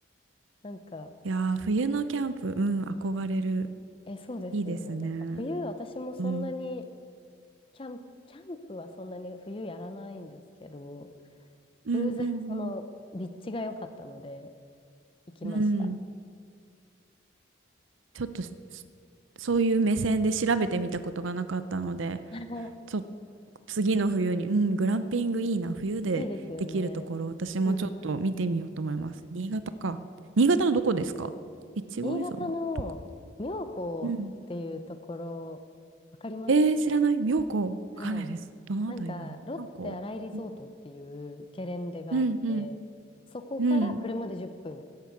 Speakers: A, on the left; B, on the right.
A: なんか、
B: いやー、冬のキャンプ、うん、憧れる。
A: え、そうですよね。
B: いいですね。
A: なんか冬、私もそんなに、
B: うん。
A: キャン、キャンプはそんなに冬やらないんですけど、
B: うんうん
A: 偶然その立地が良かったので行きました。
B: うん。うん。ちょっとそそういう目線で調べてみたことがなかったので、
A: <laughs>
B: ちょっと次の冬に、うん、グランピングいいな。冬でできるところ、
A: いいですよね。
B: 私もちょっと見てみようと思います。
A: うんうん。
B: 新潟か。新潟のどこですか越後湯沢とか。
A: 新潟の妙高っていうところ、
B: うん。
A: わかりますか
B: えー、知らない。妙高。わかんないです。
A: はい。
B: どのあたりだろう。
A: なんか、ロッテ新井リゾートっていうゲレンデがあって、
B: 妙高。うん。うんうん
A: そこから車で10分っぷんっ
B: うん。